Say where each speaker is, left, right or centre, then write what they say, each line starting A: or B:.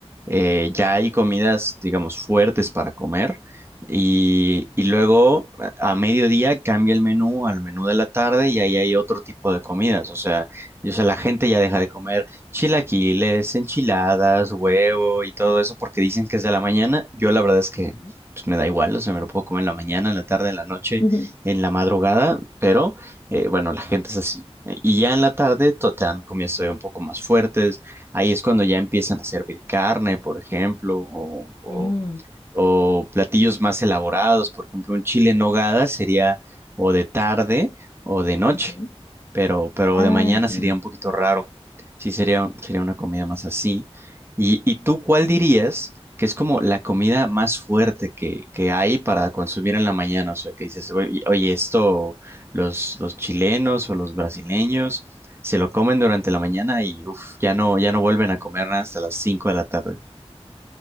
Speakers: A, on the right (about 20°); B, on the left (about 45°).
A: eh, ya hay comidas, digamos, fuertes para comer y, y luego a a mediodía cambia el menú al menú de la tarde y ahí hay otro tipo de comidas. O sea, y, o sea, la gente ya deja de comer chilaquiles, enchiladas, huevo y todo eso porque dicen que es de la mañana. Yo la verdad es que
B: Ujú.
A: pues, me da igual, o sea, me lo puedo comer en la mañana, en la tarde, en la noche,
B: Ujú.
A: en la madrugada, pero... Eh, bueno, la gente es así. Eh, Y ya en la tarde to- te dan comidas todavía un poco más fuertes. Ahí es cuando ya empiezan a servir carne, por ejemplo, o, o-
B: Mm,
A: o platillos más elaborados. Por ejemplo, un chile en nogada sería o de tarde o de noche,
B: ujú.
A: pero, pero
B: Ah,
A: de mañana
B: entendí.
A: sería un poquito raro. Sí, sería, sería una comida más así. ¿Y, y tú cuál dirías que es como la comida más fuerte que, que hay para consumir en la mañana? O sea, que dices, oye, oye, esto. Los, los chilenos o los brasileños se lo comen durante la mañana y uf, ya no, ya no vuelven a comer nada hasta las cinco de la tarde.